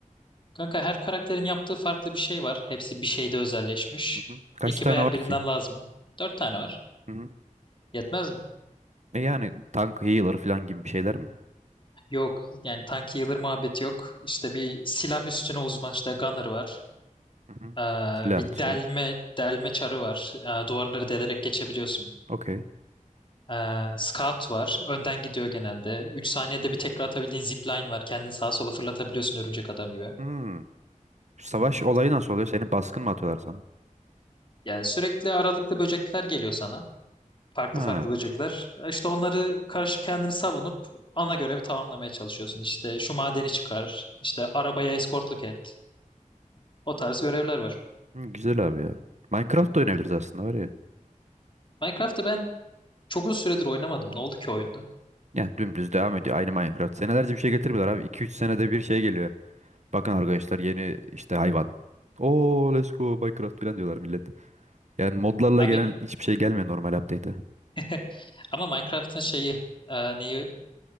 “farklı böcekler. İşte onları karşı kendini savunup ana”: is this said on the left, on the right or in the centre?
Left